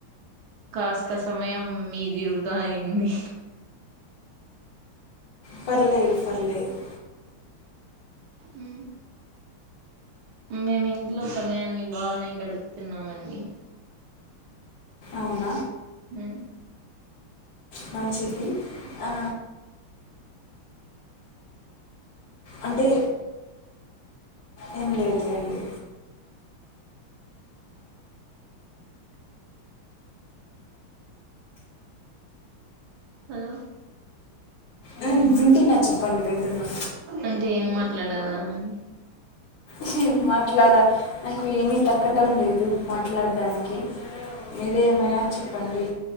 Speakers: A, on the right; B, on the left.
A: కాస్త సమయమ్ మీది. ఇరుదా ఐంది
B: పర్లేదు పర్లేదు.
A: ఉమ్ ఉమ్ మేమింట్లో సమయాన్ని బానే గడుపుతున్నామండి.
B: ఔన
A: మ్
B: మంచిది ఆ. అంటె ఏం లేదు లెండి.
A: హలొ
B: మ్మ్ వింటున్నా చెప్పండి వింటున్నా
A: అంటె ఏం మాట్లాడల్ల అని.
B: ఛి మత్ ట్లాడ నాకు ఏమి తక్క టమ్ లేదు మాట్లాడ్డానికి. మీరే ఏమైనా
A: మ్మ్
B: చెప్పండి.